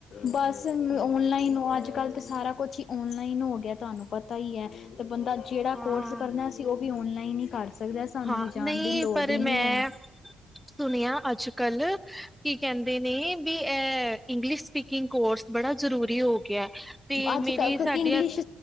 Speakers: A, on the left; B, in the centre.
A: ਬਸ ਔਨਲਾਈਨ ਅੱਜ-ਕੱਲ੍ਹ ਤਾਂ ਸਾਰਾ ਕੁੱਛ ਈ ਔਨਲਾਈਨ ਹੋ ਗਿਆ ਤਾਨੂੰ ਪਤਾ ਈ ਐ। ਤੇ ਬੰਦਾ ਜੇੜਾ
B: ਹਾਂ
A: ਕੋਰਸ ਕਰਨਾ ਸੀ ਉ ਵੀ ਔਨਲਾਈਨ ਈ ਕਰ ਸਕਦ ਕੇਦਾਂ ਸਾਨੂੰ
B: ਹਾਂ
A: ਜਾਣ
B: ਨਹੀਂ
A: ਦੀ ਲੋੜ
B: ਪਰ
A: ਈ
B: ਮੈਂ
A: ਨੀ ਐ-
B: ਸੁਣਿਆ ਅੱਜ ਕੱਲ ਕੀ ਕਹਿੰਦੇ ਨੇ ਵੀ ਐ ਇੰਗਲਿਸ਼ ਸਪੀਕਿੰਗ ਇਕ ਅੋਰਸ ਬੜਾ ਜਰੂਰੀ ਹੋ ਗਿਆ ਤੇ
A: ਅੱਜ-ਕੱਲ੍ਹ
B: ਮੇਰੇ
A: ਕਿਉਂਕਿ
B: ਸਾਡੇ
A: ਇੰਗਲਿਸ਼